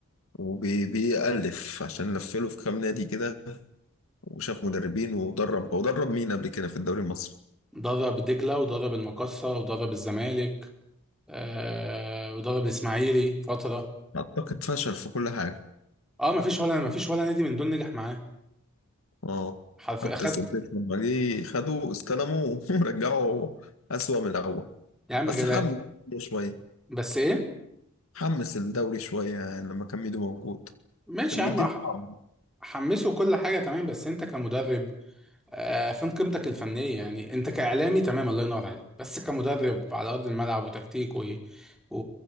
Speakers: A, on the left (about 70°); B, in the centre.
A: وبيألف عشان لفله في كام نادي كده وشاف مدربين ودرب ودرب مين قبل كده في الدوري المصري
B: درب دجلة ودرب المقصة ودرب الزمالك آه ودرب الإسماعيلي فترة
A: اعتقد فشل في كل حاجه
B: اه ما فيش ولا ما فيش ولا نادي من دول نجح معاه
A: اه
B: حرف
A: حتى
B: اخد
A: السلتيك لما جه خدوه استلموه <laughs> ورجعوا اسوأ من الاول
B: يا عم
A: بس
B: غلا-
A: حمس شويه
B: بس ايه
A: حمس الدوري شويه يعني لما كان ميدو موجود
B: ماشي
A: كان مديله
B: يا عم أح-
A: طعم
B: حمسه كل حاجة تمام بس انت كمدرب آه، فين قيمتك الفنية يعني انت كإعلامي تمام الله ينور عليك بس كمدرب على أرض الملعب وتكتيك و... و...